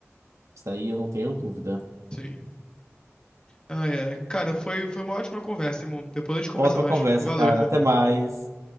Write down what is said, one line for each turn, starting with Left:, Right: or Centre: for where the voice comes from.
Right: Isso aí eu não tenho dúvida.
Left: Sim. Ai, ai. Cara, foi, foi uma ótima conversa, irmão. Depois a gente conversa
Right: Ótima
Left: mais.
Right: conversa,
Left: Valeu,
Right: cara.
Left: irmão.
Right: Até mais.